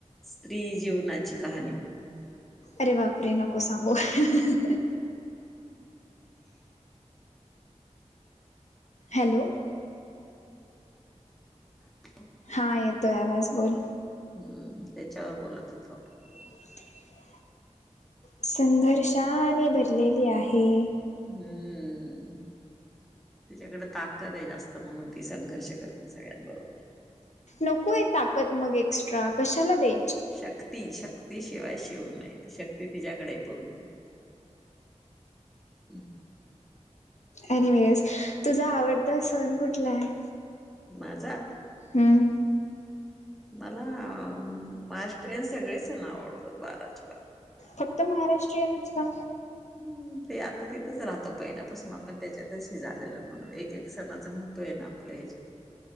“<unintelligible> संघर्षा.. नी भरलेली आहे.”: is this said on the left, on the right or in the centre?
Left